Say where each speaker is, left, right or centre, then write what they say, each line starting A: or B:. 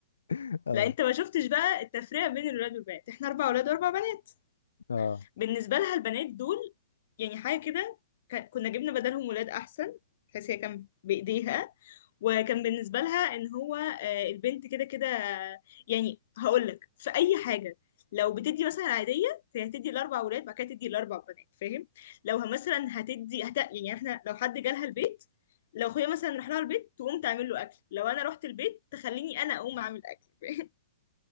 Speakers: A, on the left; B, on the left.
A: <laughs> اه
B: لا انت ما شفتش بقى التفرقه بين الولاد والبنات احنا اربع ولاد واربع بنات
A: اه
B: بالنسبة لها البنات دول يعني حاجة كده ك- كنا جبنا بدلهم ولاد أحسن بحيث هي كان بإيديها وكان بالنسبة لها إن هو آه، البنت كده كده آه، يعني هقولك في أي حاجة لو بتدي مثلا عادية فهي هتدي الأربع ولاد بعد كده تدي الأربع بنات فاهم لو ه- مثلا هتدي هت... يعني احنا لو حد جالها البيت لو أخويا مثلا راح لها البيت تقوم تعمل له أكل لو أنا رحت البيت تخليني أنا أقوم أعمل أكل <laughs>